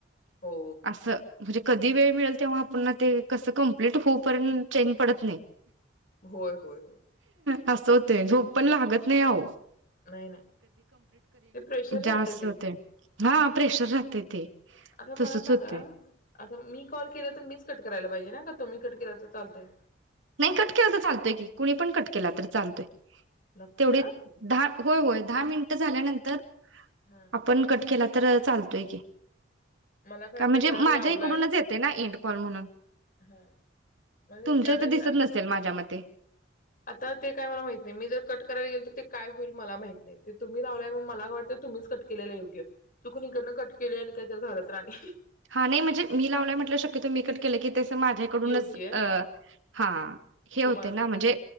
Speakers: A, on the left; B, on the right.
A: हो
B: असं म्हजे कधी वेळ मिळल तेव्हा पुन्हा ते कसं कंप्लीट हुपर्यंन चेन पडत नई
A: होय होय होय
B: आसं होते झोप पण लागत नई आओ
A: नाही नाही, ते प्रेशर
B: जास्त
A: राहत ते
B: होते हा प्रेशर राहते ते.
A: आता मला
B: तसच
A: सांगा
B: होते
A: आता मी कॉल केला तर मीच कट करायला. पायजे ना का तुम्ही कट केला तर चालतय?
B: नायी कट केला तर चालतय की कुणी पण कट केला तर चालतोय
A: नक्की
B: तेवड
A: ना
B: एक दहा होय होय दहा मिनटं झाल्यानं <unintelligible>
A: हा
B: आपण कट केलात तरर चालतोय की
A: मला काय
B: का
A: वाटलं
B: म्हणजे
A: ज्यान
B: माझ्या
A: लावलाय
B: इकडूनच येते ना इंडंकॉल म्हणून
A: हा म्हणजे
B: तुमच्या
A: ज्याने
B: दिसत
A: ला
B: नसेल माझ्या मते
A: आता ते काय मला माहित नाही मी जर कट करायला गेल तर ते काय होईल मला माहित नाही ते तुम्ही लावलाय मग मला का वाटत तुम्हीच कट केलेला योग्य चुकनं इकडनं कट केले आणि काय तर झालं तर आणि
B: हा नाही म्हणजे मी लावलाय म्हटलं शक्यतो मी कट केलं की ते माझ्याकडूनच
A: योग्य
B: हा हे
A: तुम्हाला
B: होतय ना म्हजे
A: ते